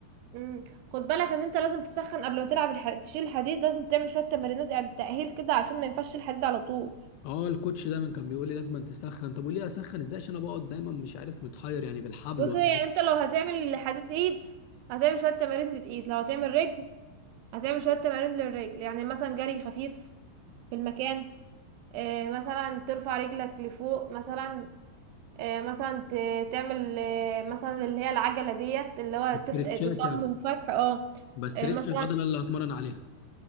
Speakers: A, on the right; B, on the left.
A: امم خد بالك ان انت لازم تسخن قبل ما تلعب الح... تشيل الحديد لازم تعمل شوية تمرينات يعني تأهيل كده عشان ما ينفعش تشيل الحديد على طول
B: اه الكوتش دايما كان بيقول لي لازم أن تسخن طب وليه اسخن ازاي عشان انا بقعد دايما مش عارف متحير يعني بالحبل
A: بص
B: ولا
A: يعني انت لو هتعمل حديد ايد هتعمل شوية تمارين للايد لو هتعمل رجل هتعمل شوية تمارين للرجل يعني مثلا جري خفيف في المكان آه، مثلا ترفع رجلك لفوق مثلا آه، مثلا ت- تعمل آه، مثلا اللي هي العجلة ديت اللي هو
B: <laughs> استرتشات
A: تف... الضم
B: يعني
A: وفتح اه
B: بسترتش
A: آه، مثلا
B: العضلة اللي هتمرن عليها